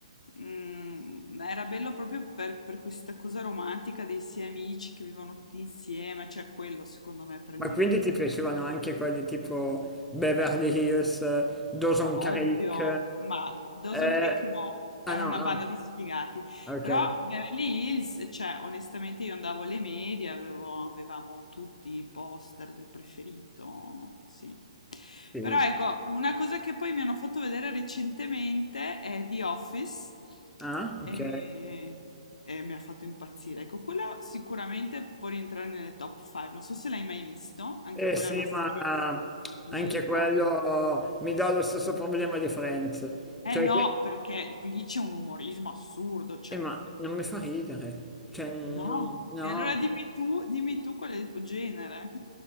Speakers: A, on the left; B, in the centre.
A: Mm, ma era bello proprio per, per questa cosa romantica dei sei amici che vivono tutti insieme, cioè quello secondo me prendeva
B: Ma quindi
A: di
B: ti
A: più.
B: piacevano anche quelli tipo Beverly Hills, Dawson
A: Ma
B: Creek?
A: ovvio, ma Dawson
B: eh,
A: Creek no, era
B: Ah no,
A: una
B: ah,
A: banda di sfigati,
B: ok,
A: però Beverly Hills, cioè onestamente io andavo alle medie, avevo- avevamo tutti i poster del preferito, sì.
B: sì.
A: Però ecco, una cosa che poi mi hanno fatto vedere recentemente è The Office
B: Ah, ok.
A: e, e mi ha fatto impazzire. Ecco, quello sicuramente può rientrare nelle top 5, non so se l'hai mai visto, anche
B: Eh
A: quella
B: sì,
A: è una serie
B: ma
A: finita.
B: anche quello mi dà lo stesso problema di Friends,
A: Eh
B: cioè
A: no,
B: che,
A: perché lì c'è un umorismo assurdo, cioè.
B: eh, ma
A: eh,
B: non mi fa ridere, cioè non-
A: No.
B: no.
A: E allora dimmi tu, dimmi tu qual è il tuo genere.